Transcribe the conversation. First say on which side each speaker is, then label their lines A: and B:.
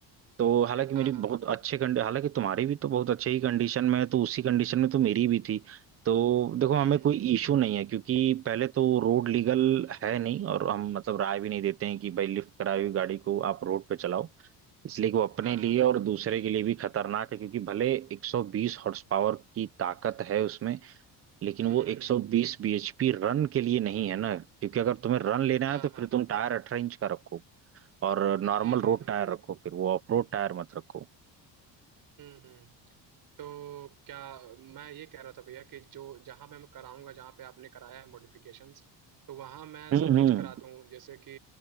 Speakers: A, on the right (about 30°); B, on the right (about 50°).
A: तो हालांकि
B: हाँ
A: मेरी
B: हाँ
A: बहुत अच्छे कंडी हालांकि तुम्हारी भी तो बहुत अच्छे ही कंडीशन में है तो उसी कंडीशन में तो मेरी भी थी तो देखो
B: हम्म
A: हमें कोई इशू नहीं है क्योंकि पहले तो रोड लीगल है नहीं और हम मतलब राय भी नहीं देते हैं कि भाई लिफ्ट कराई हुई गाड़ी को आप रोड पे चलाओ इसलिए कि वो अपने
B: हाँ हाँ
A: लिए और दूसरे के लिए भी खतरनाक है क्योंकि भले 120 हॉर्स पावर की ताकत है उसमें लेकिन
B: हम्म
A: वो
B: हम्म
A: 120
B: हम्म,
A: bhp रन के लिए नहीं है ना क्योंकि अगर तुम्हें रन लेना
B: हाँ
A: है तो
B: हाँ
A: फिर तुम टायर अठारह इंच का रखो और नॉर्मल
B: हम्म हम्म
A: रोड
B: हम्म
A: टायर रखो फिर वो ऑफ रोड टायर मत रखो
B: हम्म हम्म। तो क्या मैं ये कह रहा था भैया कि जो जहाँ पे मैं कराऊंगा जहाँ पे आपने कराया है मॉडिफिकेशंस तो वहाँ मैं
A: हम्म
B: सब कुछ
A: हम्म
B: करा दूँ जैसे कि